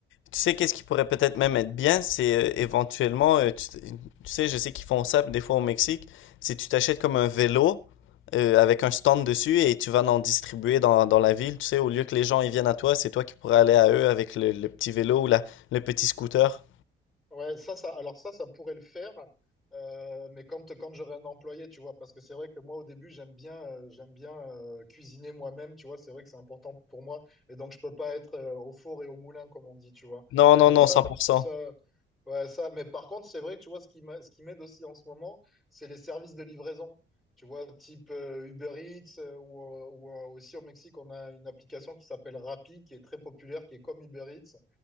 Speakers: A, on the left (about 75°); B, in the centre.
A: Tu sais, qu'est-ce qui pourrait peut-être même être bien, c'est euh, éventuellement, euh, tu, tu sais, je sais qu'ils font ça des fois au Mexique, c'est tu t'achètes comme un vélo euh, avec un stand dessus et tu vas en distribuer dans, dans la ville, tu sais, au lieu que les gens ils viennent à toi, c'est toi qui pourrais aller à eux avec le, le petit vélo ou la, le petit scooter.
B: Ouais, ça, ça, alors ça, ça pourrait le faire, euh, mais quand, quand j'aurai un employé, tu vois, parce que c'est vrai que moi, au début, j'aime bien, euh, j'aime bien euh, cuisiner moi-même, tu vois, c'est vrai que c'est important pour moi, et donc je peux pas être euh, au four et au moulin, comme on dit, tu vois.
A: Non, non,
B: Donc
A: non,
B: ça,
A: 100%.
B: ça, ouais, ça, mais par contre, c'est vrai que, tu vois, ce qui m'a- ce qui m'aide aussi en ce moment, c'est les services de livraison, tu vois, type euh, Uber Eats, euh, ou, euh, ou, euh, aussi au Mexique, on a une application qui s'appelle Rappi, qui est très populaire, qui est comme Uber Eats